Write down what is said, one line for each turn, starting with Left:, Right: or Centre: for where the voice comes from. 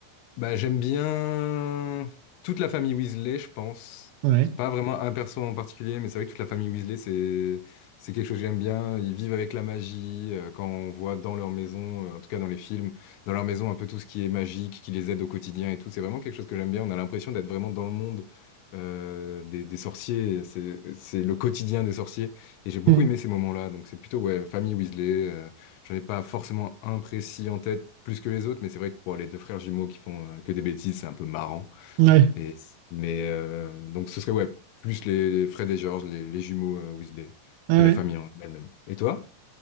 Left: Bah, j'aime bien toute la famille Weasley, je pense.
Right: Ouais.
Left: C'est pas vraiment un perso en particulier, mais c'est vrai que toute la famille Weasley, c'est c'est quelque chose que j'aime bien. Ils vivent avec la magie. euh, quand on voit dans leur maison, euh, en tout cas dans les films, dans leur maison, un peu tout ce qui est magique, qui les aide au quotidien et tout. C'est vraiment quelque chose que j'aime bien. On a l'impression d'être vraiment dans le monde euh, des, des sorciers. C'est c'est le quotidien des sorciers. Et j'ai beaucoup
Right: Hmm.
Left: aimé ces moments-là. Donc c'est plutôt ouais, famille Weasley. euh, J'en ai pas forcément un précis en tête plus que les autres, mais c'est vrai que bon, les deux frères jumeaux qui font euh, que des bêtises, c'est un peu marrant.
Right: Ouais.
Left: Et, mais euh, donc ce serait ouais, plus les, les Fred et George, les, les jumeaux euh, Weasley
Right: Ah
Left: et la
Right: ouais.
Left: famille en elle-même. Et toi?